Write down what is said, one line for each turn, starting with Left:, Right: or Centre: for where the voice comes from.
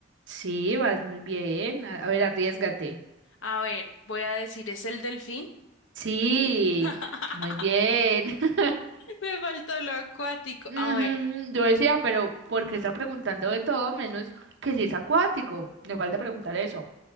Right: Sí, vas muy bien. A, a ver, arriesgate
Left: A ver, voy a decir, ¿es el delfín?
Right: Sí,
Left: <laughs>
Right: muy bien. <laughs>
Left: Me faltó lo acuático.
Right: Ujú,
Left: A ver,
Right: Yo decía, pero ¿por qué está preguntando de todo menos que si es acuático? Le falta preguntar eso.